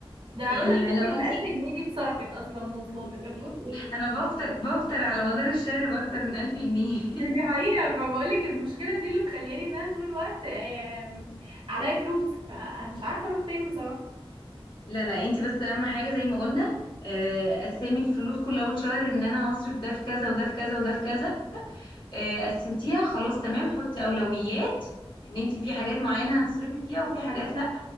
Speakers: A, on the right; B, on the left.
A: ده انا
B: يعني
A: عبال ما اجيلك
B: لو
A: يبقى
B: انت
A: ال 1000 جنيه دي اتصرفت اصلا مواصلات انت بتقول ايه
B: انا بفطر بفطر على مدار الشهر باكتر من 1000 جنيه <laughs>
A: دي حقيقه فبقولك المشكله دي اللي مخلياني ان انا طول الوقت آم، عليا فلوس فمش عارفه اروح فين بصراحه
B: لا لا انت بس اهم حاجة زي ما قلنا آه، قسمي الفلوس كل اول شهر ان انا هصرف ده في كذا وده في كذا وده في كذا آه، قسمتيها خلاص تمام حطي اولويات ان انت في حاجات معينة هتصرفي فيها وفي حاجات لأ